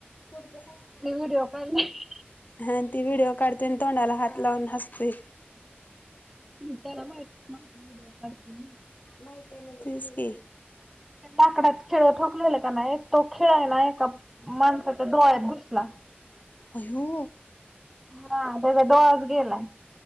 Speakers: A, on the left; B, in the centre.
A: पुढचं सांगा
B: ते व्हडिओ पाहिला नाही
A: हा अन् ते व्हिडिओ काढतोय आणि तोंडाला हात लावून हसतोय
B: त्याला माहीतच नव्हत व्हिडिओ काढत्यात
A: माहितेय नव तेच की
B: त्या लाकडाच खिळ ठोकलेलं त्याना एक तो खिळा हाय ना एका माणसाच्या डोळ्यात घुसला
A: अयो
B: हा त्याचा डोळाच गेलाय